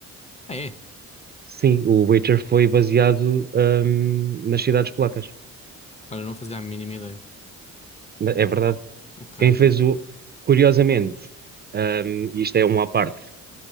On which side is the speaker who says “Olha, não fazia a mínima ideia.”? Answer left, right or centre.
Left